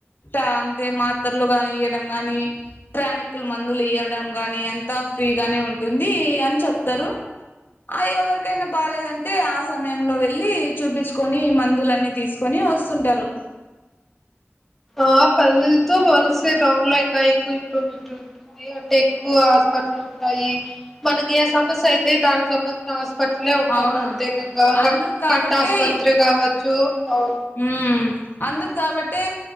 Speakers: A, on the left; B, in the centre.
A: అంటే మాతర్లు ని ఇయడం గాని ప్ర్రాణికులు మందులు ఇయడం గాని ఎంత ఫ్రీగానే ఉంటుంది అని చెప్తారు ఆ ఎవరికైనా బాలేదంటే ఆ సమయంలో వెళ్ళి చూపించుకొని మందులన్నీ తీసుకొని వస్తుంటారు
B: ఆ పల్లిలతో వలిస్తే టౌన్ లో ఇంకా ఎక్కువ ఇంప్రూవ్మెంట్ ఉంటుంది అంటే ఎక్కువ హస్పత్రలు ఉంటాయి మనకి ఏ సమస్య అయితే దానికి సంబంధించిన పట్లే ఉంటాయి
A: అవును
B: ప్రత్యేకంగా
A: అందుకు కాబట్టే
B: కంట ఆస్పత్రి కావచ్చు అవు
A: ఉమ్ అందుకు కాబట్టే